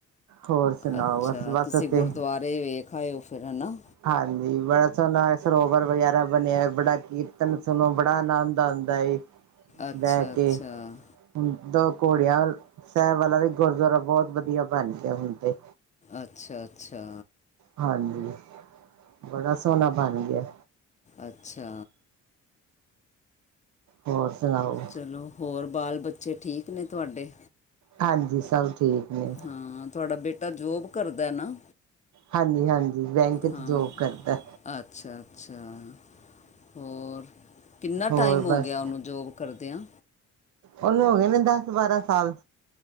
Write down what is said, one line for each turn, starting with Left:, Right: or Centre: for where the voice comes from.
Right: ਹੋਰ ਸੁਣਾਓ
Left: ਅੱਛਾ
Right: ਬਸ ਬਸ
Left: ਤੁਸੀਂ
Right: ਉੱਥੇ
Left: ਗੁਰਦੁਆਰਾ‌ ਗਏ ਵੇਖ ਆਉਏ ਫਿਰ ਹਨਾ
Right: ਹਾਂਜੀ, ਬੜਾ ਸੋਹਣਾ ਸਰੋਵਰ ਵਗੈਰਾ ਬਣਿਆ, ਬੜਾ ਕੀਰਤਨ ਸੁਣੋ, ਬੜਾ ਆਨੰਦ ਆਉਂਦਾ ਏ
Left: ਅੱਛਾ
Right: ਬਹਿ
Left: ਅੱਛਾ
Right: ਕੇ ਹੁਣ ਤਾਂ ਘੋੜਿਆਂ ਸਾਹਿਬ ਵਾਲਾ ਵੀ ਗੁਰਦੁਆਰਾ ਬਹੁਤ ਵਧੀਆ ਬਣ ਗਿਆ ਹੁਣ ਤੇ
Left: ਅੱਛਾ-ਅੱਛਾ।
Right: ਹਾਂਜੀ ਬੜਾ ਸੋਹਣਾ ਬਣ ਗਿਆ।
Left: ਅੱਛਾ।
Right: ਹੋਰ ਸੁਣਾਓ?
Left: ਚਲੋ ਹੋਰ ਬਾਲ ਬੱਚੇ ਠੀਕ ਨੇ ਤੁਆਡੇ।
Right: ਹਾਂਜੀ ਸਭ ਠੀਕ ਨੇ
Left: ਹਾਂ ਤੁਆਡਾ ਬੇਟਾ ਜੋਬ ਕਰਦਾ ਨਾ?
Right: ਹਾਂਜੀ-ਹਾਂਜੀ ਬੈਂਕ ਚ
Left: ਹਾਂ
Right: ਜੋਬ ਕਰਦੈ।
Left: ਅੱਛਾ ਅੱਛਾ ਹੋਰ ਕੀਨਾ
Right: ਹੋਰ
Left: ਟਾਈਮ ਹੋ
Right: ਬਸ
Left: ਗੇਆ ਓਨੂੰ ਜੋਬ ਕਰਦੇਆਂ?
Right: ਓਨੂੰ ਹੋ ਗੇ ਨੇ ਦਸ-ਬਾਰਾਂ ਸਾਲ।